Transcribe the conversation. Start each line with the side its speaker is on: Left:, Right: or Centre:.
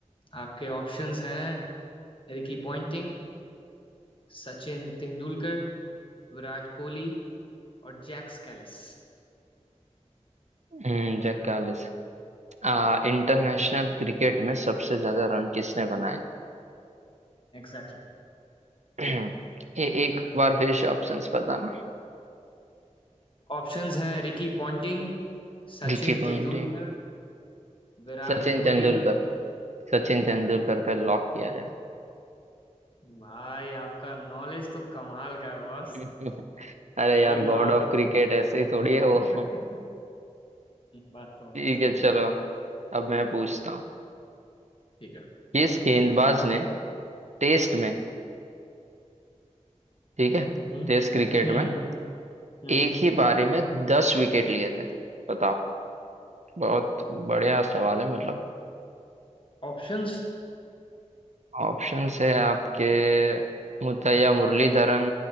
Left: आपके ऑप्शंस हैं रिकी पॉन्टिंग सचिन तेंदुलकर विराट कोहली और Jacques Kallis
Right: हम्म, Jack Kallis आ इंटरनेशनल क्रिकेट में सबसे ज्यादा रन किसने बनाए
Left: Exactly exactly.
Right: ए, एक बार फिर से ऑप्शंस बताना
Left: Options हैं रिकी पॉन्टिंग सचिन
Right: Ricky Ponting
Left: तेंदुलकर विराट
Right: Sachin
Left: कोहली
Right: Tendulkar सचिन तेंदुलकर पे लॉक किया
Left: भाई आपका नॉलेज तो कमाल का है बॉस
Right: जाए <laughs> अरे
Left: सही
Right: यार
Left: जवाब
Right: गॉड ऑफ क्रिकेट ऐसे ही थोड़ी
Left: <laughs>
Right: है वो
Left: बात तो आपका
Right: ठीक
Left: सही
Right: है
Left: है
Right: चलो अब मैं पूछता हूँ
Left: ठीक है
Right: किस गेंदबाज ने टेस्ट में ठीक है
Left: हम्म
Right: टेस्ट क्रिकेट
Left: हम्म
Right: में
Left: हम्म
Right: एक ही पारी में दस विकेट लिए थे बताओ बहुत बढ़िया सवाल है मतलब
Left: ऑप्शंस
Right: ऑप्शंस है आपके Muttiah Muralidaran